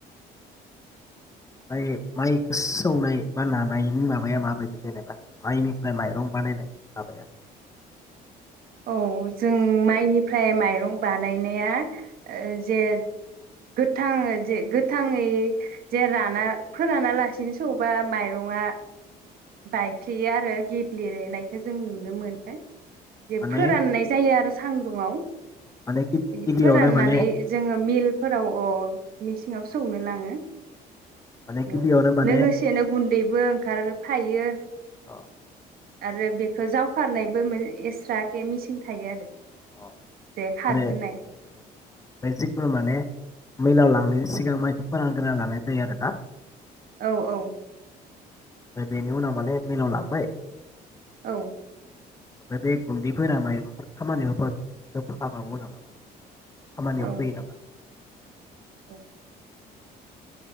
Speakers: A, on the left; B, on the right.
A: ओमफ्राय माइखो सौनाय बा नानायनि माबाया माबायदि जेनेबा माइनिफ्राय माइरं बानायनाय माबाया
B: औ जों माइनिफ्राय माइरं बानायनाया ओ जे गोथां ओ‌ जे गोथाङै जे राना फोरानालासिनो सौबा माइरङा बायफ्लेयो आरो गेब्लेनेनायखो जों नुनो मोनो। जे
A: माने
B: फोराननाय जायो आरो सान्दुङाव
A: माने गिबियावनो
B: बिदि फोराननानै
A: माने
B: जोङो मिलफोराव अ मेसिनाव सौनो लाङो।
A: माने
B: बेयाव
A: गिबियावनो माने
B: लोगोसेनो गुन्दैबो ओंखारो फायो।
A: अ।
B: आरो बेखौ जावखारनायबो मोन एक्सट्रा के मिसिं थायो आरो।
A: अ
B: जे खारहोनाय
A: माने जिकुनु माने मिलाव लांनायनि सिगां माइखौ फोरान गोरना लानाय जायो आरो ना।
B: औ औ।
A: ओमफ्राय बेनि उनाव माने मिलाव लांबाय
B: औ।
A: ओमफ्राय बे गुन्दैफोरा मायबाफोर खामानियाव हाबावो नामा? खामानियाव
B: औ
A: फैयो‌ नामा
B: औ